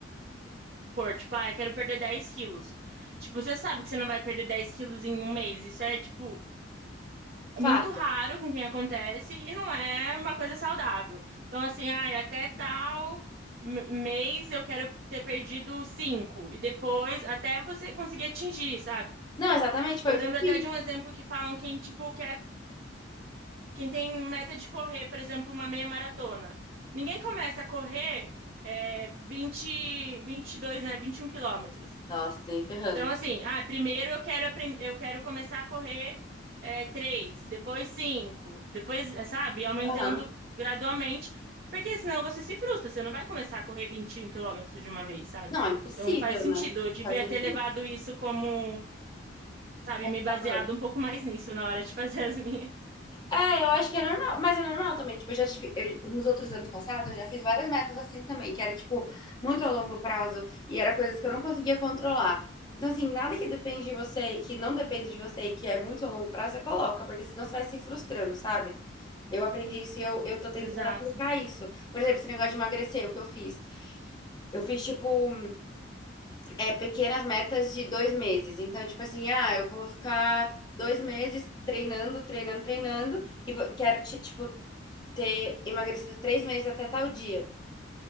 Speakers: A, on the right; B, on the left.
A: pôr, tipo, ah, eu quero perder 10 quilos. Tipo, você sabe que você não vai perder 10 quilos em um mês. Isso é, tipo,
B: fato.
A: é muito raro com quem acontece e não é uma coisa saudável. Então, assim, ah, até tal m- mês eu quero ter perdido cinco E depois, até você conseguir atingir, sabe?
B: Não, exatamente, foi
A: Eu
B: o
A: lembro
B: que eu fiz.
A: até de um exemplo que falam quem, tipo, quer quem tem meta de correr, por exemplo, uma meia maratona. Ninguém começa a correr é, vinte, vinte e dois, né, 21 quilômetros.
B: Nossa, tô nem ferrando.
A: Então, assim, ah, primeiro eu quero aprender, eu quero começar a correr é, 3, depois 5, depois, é, sabe, aumentando
B: Aham.
A: gradualmente, porque senão você se frustra, você não vai começar a correr 21 quilômetros de uma vez, sabe?
B: Não, é impossível,
A: Então faz sentido,
B: né?
A: eu
B: Não
A: devia
B: Faz sentido.
A: ter levado isso como, sabe,
B: Mas
A: me baseado um pouco mais nisso na hora de <laughs> fazer as minhas.
B: É, eu acho que é normal, mas é normal também. Tipo, eu já tive, eu- nos outros anos passados, eu já fiz várias metas assim também, que era, tipo, muito a longo prazo e era coisas que eu não conseguia controlar. Então, assim, nada que depende de você, que não depende de você e que é muito a longo prazo, você coloca, porque senão você vai se frustrando, sabe? Eu aprendi isso e eu, eu tô tentando
A: Exato.
B: aplicar isso. Por exemplo, esse negócio de emagrecer, o que eu fiz? Eu fiz, tipo, é pequenas metas de dois meses. Então, tipo assim, ah, eu vou ficar dois meses treinando, treinando, treinando, e vou- quero, ti- tipo, ter emagrecido três meses até tal dia.